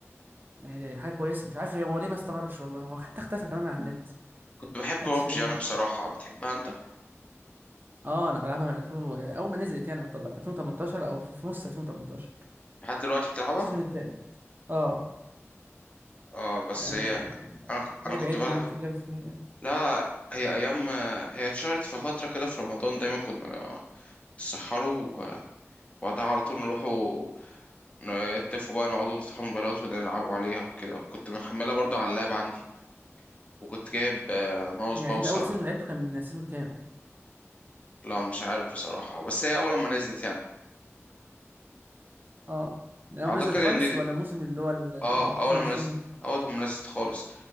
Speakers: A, on the right (about 40°); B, on the left (about 25°).
A: يعني دي حاجه كويسه مش عارف هو ليه ما استمرش والله هو حتى اختفى كمان من على النت
B: كنت بحب
A: ما عدتش
B: ببجي
A: لاقيه
B: انا
A: يعني
B: بصراحة بتحبها انت
A: اه انا بلعبها من 2000 و- اول ما نزلت يعني يعتبر 2018 او في في نص 2018
B: لحد دلوقتي بتلعبها
A: في السيزون التالت اه
B: اه بس
A: يعني
B: هي انا ك- انا
A: لعب
B: كنت
A: عيل
B: بلعب
A: جامد جامد فيها يعني
B: لا هي ايام هي اتشهرت في فتره كده في رمضان دايما كنا نسحروا وبعدها على طول نروحوا نتفقوا بقى نقعدوا نفتحوا الموبايلات ونلعبوا عليها وكده وكنت محملها برضه على اللاب عندي وكنت جايب آه، ماوس
A: يعني
B: باوسة
A: انت اول سيزون لعبته كان سيزون كام
B: لا مش عارف بصراحه بس هي اول ما نزلت يعني
A: اه من اول
B: اعتقد
A: ما نزلت خالص
B: ان دي-
A: ولا الموسم اللي هو ال
B: اه اول
A: 2020
B: ما نزلت اول ما نزلت خالص